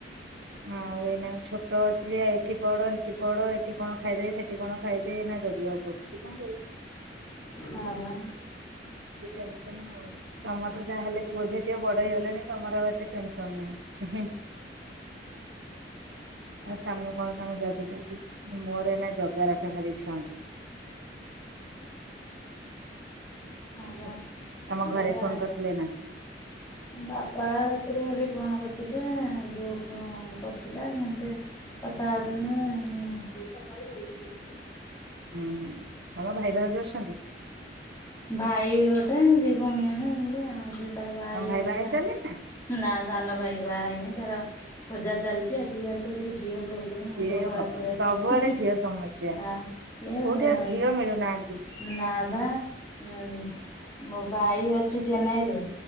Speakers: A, on the right (about 75°); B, on the left (about 15°).
A: ଆଉ ଏଇନା ଛୋ ଟ ଅଛି ଯେ ଏଠି ପଢ ହେଠି ପଢ ଏଠି କଣ ଖାଇଦେ ସେଠି କଣ ଖାଇଦେ ଏଇନା ଜଗିବାକୁ ପଡୁଛି କଣ କରିବି।
B: ହଁ ବା।
A: ଟେନସନ୍ ଆଉ ତମର ତ ଯାହାହେଲେ ପୁଅ ଝିଅ ଟିକେ ବଡ ହେଇଗଲେଣି ତମର ଆଉ ଏତେ ଟେନସନ ନାହିଁ ଉଁହୁଁ ଆଉ ସାମେ କଣ ତାଙ୍କୁ ଜଗିଚକି ମୋର ଏଇନା ଜଗା ରଖା ଖାଲି ଛୁଆଙ୍କୁ।
B: ହଁ ବା
A: ଓଃ ତମ ଘରେ
B: ଏଇଆ
A: ଫୋନ କରିଥିଲେ ନା?
B: ବାପା ରାତିରେ ଖାଲି ଫୋନ କରିଥିଲେ ବୋଉ ଫୋନ୍ କରିଥିଲା ସେମତି କଥା ହଉଥିନେ <unintelligible>
A: ହୁଁ ହୁଁ ତମ ଭାଇ ଭାଉଜ ଅସନ୍ତି?
B: ଭାଇ ଗୋଟେ ଦି ଭଉଣୀ ଆମେ ଏମତି ଆଉ ଝିଅ ତାର ବାହା
A: ତମ
B: ହେଇଯାଇଛି
A: ଭାଇ ହେଇ
B: ତା।
A: ସାରିଲେଣି ନା?
B: ନା ସାନ ଭାଇ ବା ହେଇନି ତାର ଖୋଜା ଚାଲିଛି ଆଜିକାଲି ତ ଯୋଉ ଝିଅ ପ୍ରୋବ୍ଲେମ ମୁଣ୍ଡ
A: ଏ
B: ଖରାପ
A: ଭଗବାନ
B: ହେଇଯାଉଛି
A: ସବୁଆଡେ
B: ହୁଁ ହୁଁ
A: ଝିଅ ସମସ୍ୟା
B: ଆ ଏ
A: କୋଉଠି
B: ବା
A: ଆଉ ଝିଅ ମିଳୁନାହାନ୍ତି।
B: ନାଁ
A: ହଁ
B: ବା ଉଁ ମୋ ଭାଇ ଅଛି ଚେନ୍ନାଇରେ।